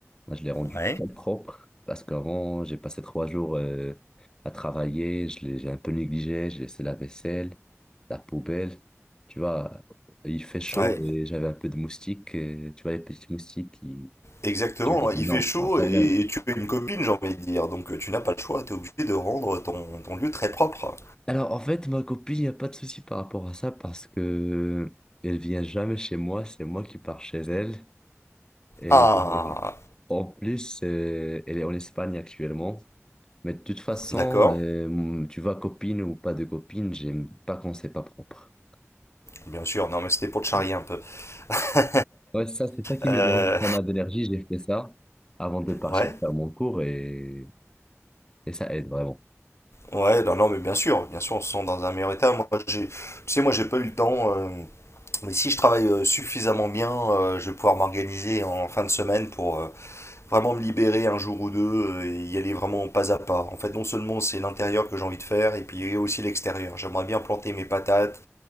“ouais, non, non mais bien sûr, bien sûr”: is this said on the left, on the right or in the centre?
Left